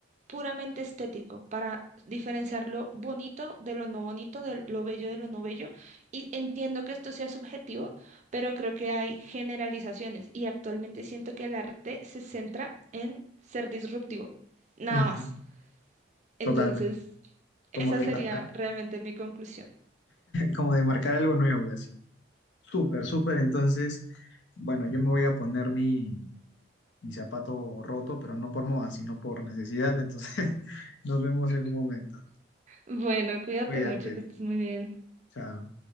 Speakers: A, on the right; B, on the left.
A: puramente estético, para diferenciar lo bonito de lo no bonito, de lo bello de lo no bello. Y entiendo que esto sea subjetivo, pero creo que hay generalizaciones y actualmente siento que el arte se centra en ser disruptivo, nada
B: ujú,
A: más. Entonces,
B: Totalmente,
A: esa
B: como que
A: sería
B: marcar.
A: realmente mi conclusión.
B: como de marcar algo nuevo y así. ¿no? Súper, súper. Entonces, bueno, yo me voy a poner mi, mi zapato roto, pero no por moda, sino por necesidad. Entonces, <laughs> nos vemos en un momento.
A: Bueno, cuídate
B: Cuídate.
A: mucho, que estés muy bien.
B: Chao.